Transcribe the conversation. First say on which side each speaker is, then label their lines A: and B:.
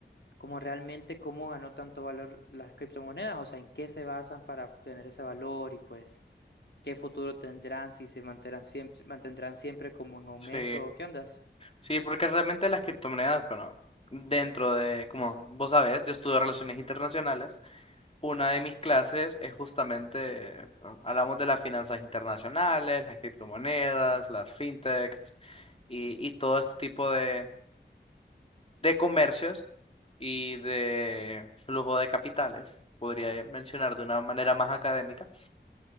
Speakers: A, on the left (about 70°); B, on the left (about 30°).
A: cómo realmente cómo ganó tanto valor las criptomonedas, o sea, en qué se basan para obtener ese valor y pues qué futuro tendrán si se mantendrán siempre, mantendrán siempre como en aumento
B: Sí,
A: o qué ondas.
B: sí, porque realmente las criptomonedas, bueno, dentro de, como vos sabés, yo estudio relaciones internacionales. Una de mis clases es justamente, bueno, hablamos de las finanzas internacionales, las criptomonedas, las fintech y, y todo este tipo de de comercios y de flujo de capitales, podría mencionar de una manera más académica,